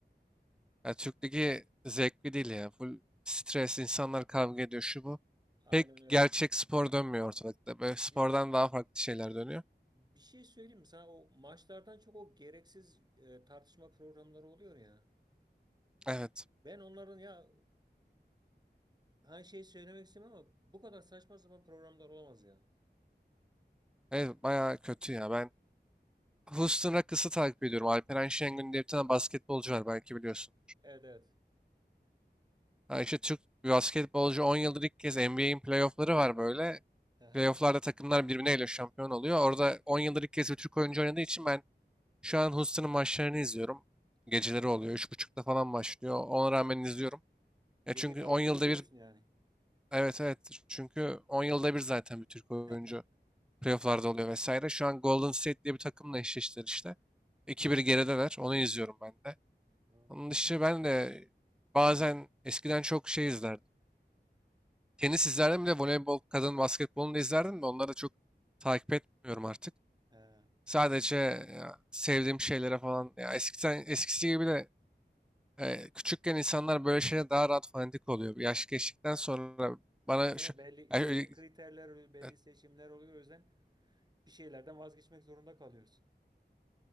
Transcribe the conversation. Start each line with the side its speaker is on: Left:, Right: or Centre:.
Centre: Ya Türk Ligi zevkli değil ya. Full stres, insanlar kavga ediyor şu bu.
Right: Aynen
Centre: Pek
Right: öyle.
Centre: gerçek spor dönmüyor ortalıkta. Böyle spordan
Right: Bir,
Centre: daha farklı şeyler dönüyor.
Right: bir şey söyleyeyim mi sana? O maçlardan çok o gereksiz e, tartışma programları oluyor ya.
Centre: Evet.
Right: Ben onların ya her şeyi söylemek istemem ama bu kadar saçma sapan programlar olamaz ya.
Centre: Evet bayağı kötü ya. Ben Houston Rockets'ı takip ediyorum. Alperen Şengün diye bir tane basketbolcu var belki biliyorsun.
Right: Evet evet.
Centre: Ha işte Türk bir basketbolcu 10 yıldır ilk kez NBA'in playoff'ları var böyle.
Right: Aha,
Centre: Playoff'larda takımlar birbirleriyle şampiyon oluyor. Orada 10 yıldır ilk kez bir Türk oyuncu oynadığı için ben şu an Houston'ın maçlarını izliyorum. Geceleri
Right: aha.
Centre: oluyor. üç buçukta falan başlıyor. Ona rağmen izliyorum.
Right: Gece
Centre: Ya çünkü
Right: kalkıp
Centre: 10 yılda
Right: izliyorsun
Centre: bir
Right: yani.
Centre: evet evet çünkü 10 yılda bir zaten bir Türk oyuncu
Right: <laughs>
Centre: playoff'larda oluyor vesaire. Şu an Golden State diye bir takımla eşleştiler işte. 2-1
Right: Hı hı,
Centre: gerideler. Onu izliyorum ben de.
Right: anladım.
Centre: Onun dışı ben de bazen eskiden çok şey izlerdim. Tenis izlerdim bir de voleybol, kadın basketbolunu da izlerdim de onları da çok takip etmiyorum artık.
Right: He.
Centre: Sadece ya, sevdiğim şeylere falan ya eskiden eskisi gibi de e, küçükken insanlar böyle şeye daha rahat fanatik oluyor. Yaş geçtikten sonra bana
Right: Değil
Centre: şu
Right: mi? Belli,
Centre: yani
Right: belli kriterler, oluyor, belli
Centre: e,
Right: seçimler oluyor. O yüzden bir şeylerden vazgeçmek zorunda kalıyorsun.